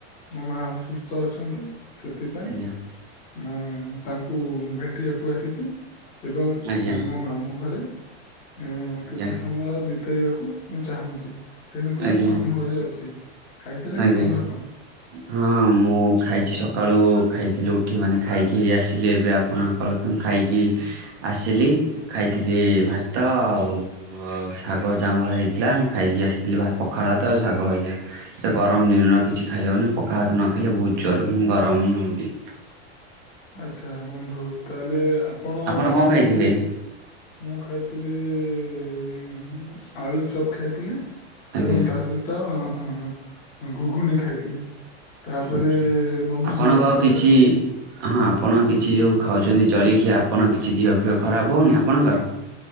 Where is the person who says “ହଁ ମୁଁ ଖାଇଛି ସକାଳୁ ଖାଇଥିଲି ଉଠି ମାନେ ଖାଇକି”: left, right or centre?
Right